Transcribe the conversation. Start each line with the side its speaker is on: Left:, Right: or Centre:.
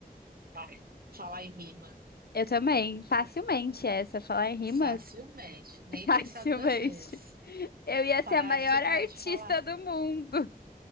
Right: Ai, falar em rima.
Left: Eu também, facilmente essa, falar em rima,
Right: Facilmente. Nem
Left: <laughs> facilmente.
Right: pensar duas vezes.
Left: Eu ia ser
Right: Parar
Left: a maior
Right: de separar
Left: artista
Right: de falar.
Left: do mundo.